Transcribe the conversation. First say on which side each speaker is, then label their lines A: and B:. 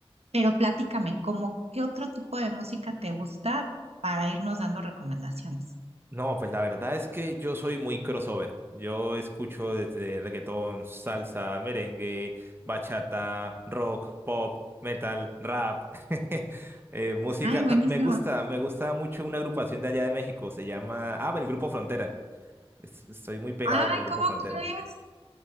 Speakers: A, on the right; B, on the right.
A: Pero platícame, ¿cómo qué otro tipo de música te gusta para irnos dando recomendaciones?
B: No, pues la verdad es que yo soy muy crossover. Yo escucho desde reggaetón, salsa, merengue, bachata, rock, pop, metal, rap, <laughs> eh, música.
A: Ay, buenísimo.
B: ta- Me gusta, me gusta mucho una agrupación de allá de México. Se llama, ah, el Grupo Frontera. Es- Estoy muy pegado
A: Ay,
B: con el Grupo
A: ¿cómo
B: Frontera.
A: crees?